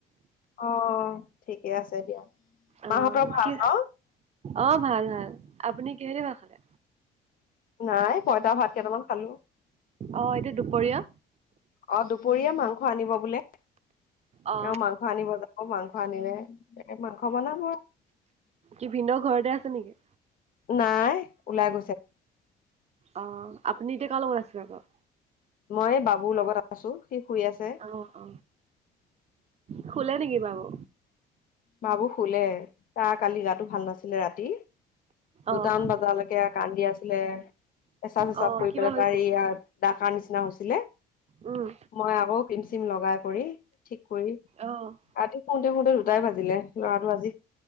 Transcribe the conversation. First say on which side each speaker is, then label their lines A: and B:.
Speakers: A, on the left; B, on the right.
A: অ' ঠিকে আছে দিয়া।
B: অ',
A: মাহঁতৰ ভাল
B: কি
A: ন?
B: অ', ভাল, ভাল আপুনি কিহেদি ভাত খালে
A: নাই, পইতা ভাত কেটামান খালোঁ।
B: অ', এইটো দুপৰীয়া।
A: অ', দুপৰীয়া মাংস আনিব বোলে,
B: অ
A: এওঁ মাংস আনিব যাব মাংস আনিলে। এ মাংস বনাব।
B: কি ভিন্দ ঘৰতে আছে নেকি?
A: নাই ওলাই গৈছে।
B: অ' আপুনি এতিয়া কাৰ লগত আছে আকৌ?
A: মই বাবুৰ লগত আছোঁ, সি শুই আছে।
B: অ অ শুলে নেকি বাবু?
A: বাবু শুলে তাৰ কালি গাটো ভাল নাছিলে ৰাতি। দুটামান
B: অ
A: বজালৈকে কান্দি আছিলে পেচাব চেচাব
B: অ',
A: কৰি
B: কিবা
A: পেলাই
B: হৈছে?
A: তাৰ ইয়া দাগ হৈছিলে
B: উম।
A: মই আকৌ ক্ৰীম, চিম লগাই কৰি ঠিক কৰি
B: অ'।
A: ৰাতি শুৱতে, শুৱতে দুটাই বাজি লে ল'ৰাটো আজি